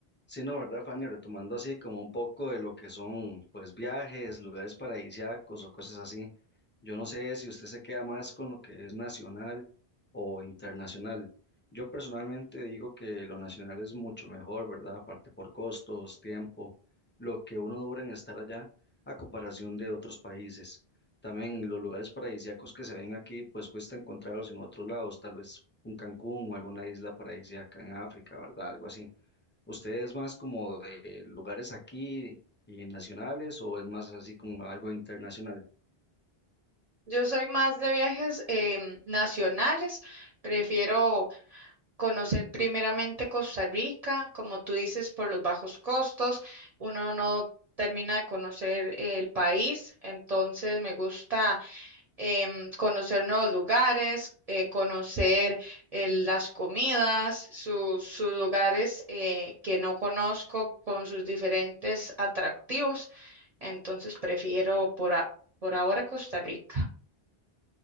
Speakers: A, on the left; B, on the right.
A: Sí, no, ¿verdad, Fanny? Retomando así como un poco de lo que son, pues, viajes, lugares paradisíacos o cosas así. Yo no sé si usted se queda más con lo que es nacional o internacional. Yo personalmente digo que lo nacional es mucho mejor, ¿verdad? Aparte por costos, tiempo, lo que uno dura en estar allá a comparación de otros países. También los lugares paradisíacos que se ven aquí, pues cuesta encontrarlos en otros lados, tal vez un Cancún o alguna isla paradisíaca en África, ¿verdad? Algo así. ¿Usted es más como de lugares aquí eh, nacionales o es más así como algo internacional?
B: Yo soy más de viajes em, nacionales, prefiero conocer primeramente Costa Rica, como tú dices, por los bajos costos, uno no termina de conocer el país, entonces me gusta em, conocer nuevos lugares, eh, conocer eh, las comidas, sus sus lugares eh, que no conozco con sus diferentes atractivos, entonces prefiero por, a- por ahora Costa Rica.